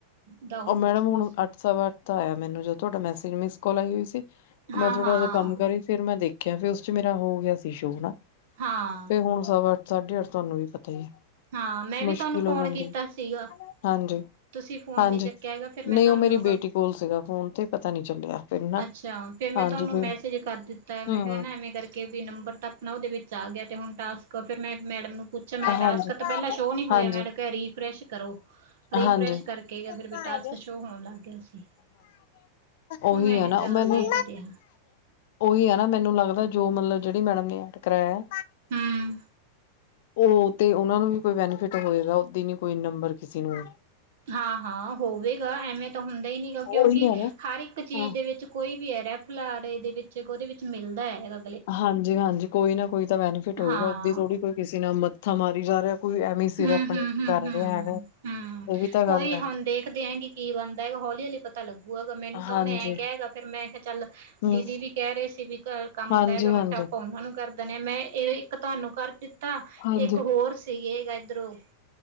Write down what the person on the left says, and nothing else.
ਉਹ ਮੈਡਮ
ਹੁਣ
ਅੱਠ ਸਵਾ ਅੱਠ ਦਾ ਆਇਆ ਮੈਨੂੰ ਜਦੋਂ ਤੋਹਾਡਾ ਮੈਸੇਜ ਮਿਸ ਕੌਲ ਆਈ ਦੀ ਸੀ।
ਮੈਂ ਥੋੜਾ ਉਹਦਾ ਕੰਮ
ਕਰੀ ਫਿਰ ਮੈਂ ਦੇਖੀ ਕਿਆ ਫਿਰ ਉਸ ਚ ਮੇਰਾ ਹੋ ਗਿਆ ਸੀ ਸ਼ੋ ਣਾ
ਤੇ ਹੁਣ ਸਭ ਸਾਢੇ ਅੱਠ ਤੁਹਾਨੂੰ ਵੀ ਪਤਾ ਹੀ ਹੈ
ਮੁਸ਼ਕਿਲ
ਹੋ ਜਾਂਦੀ
ਹੈ
ਹਾਂਜੀ
ਹਾਂਜੀ
ਨਹੀਂ
ਉਹ ਮੇਰੀ ਬੇਟੀ ਕੋਲ ਸੀਗਾ ਫੋਨ ਤੇ ਪਤਾ ਨੀ ਚੱਲਿਆ ਫਿਰ ਨਾ
ਹਾਂਜੀ
ਫਿਰ
ਹਮ
ਹਾਂਜੀ
ਹਾਂਜੀ
ਹਾਂਜੀ
ਹਾਂਜੀ
ਓਹੀ
ਹੈ
ਨਾ
ਮੈਨੂੰ
ਓਹੀ ਹੈ ਨਾ ਮੈਨੂੰ ਲੱਗਦਾ। ਜੋ ਮਤਲਬ ਜਿਹੜੀ ਮੈਡਮ ਨੇ ਐਡ ਕਰਾਇਆ
ਉਹ ਤੇ ਉਹਨਾ ਨੂੰ ਵੀ ਕੋਈ ਬੈਨੀਫਿਟ ਹੋਏਗਾ ਉਹ ਓਦੀ ਨੀ ਕੋਈ ਨੰਬਰ ਕਿਸੇ ਨੂੰ
ਉਹੀ
ਹੈ ਨਾ
ਹਾਂ
ਹਾਂਜੀ ਹਾਂਜੀ ਕੋਈ ਨਾ ਕੋਈ ਤਾਂ ਬੈਨੀਫਿਟ ਹੋਏਗਾ
ਓਦੀ ਥੋੜੀ ਕੋਈ ਕਿਸੇ ਨਾ ਮੱਥਾਂ ਮਾਰੀ ਜਾ ਰਿਹਾ ਕੋਈ ਐਵੇਂ ਸਿਰ
ਆਪਣੇ ਕਰ ਰਿਹਾ ਹੈਗਾ
ਇਹ ਵੀ ਤਾਂ ਗੱਲ
ਹੈ
ਹਾਂਜੀ
ਹਮ
ਹਾਂਜੀ
ਹਾਂਜੀ
ਹਾਂਜੀ